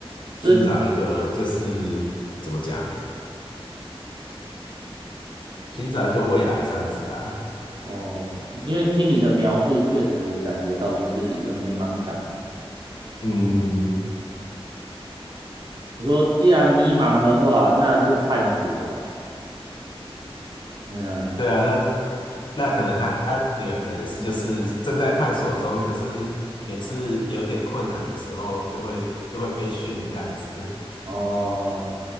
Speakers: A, on the left (about 50°); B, on the right (about 45°).
A: 寻找一个就是怎么讲，
B: 这
A: 寻找一个未来这样子啊，
B: 哦，因为听你的描述，确实我感觉到就是一个迷茫感啊
A: 嗯，
B: 我说既然迷茫的话，那就探索吧。嗯，
A: 对啊，那那可能他他女儿可能也是就是正在探索中，可是每次有点困难的时候，就会就会被训这样子。
B: 哦。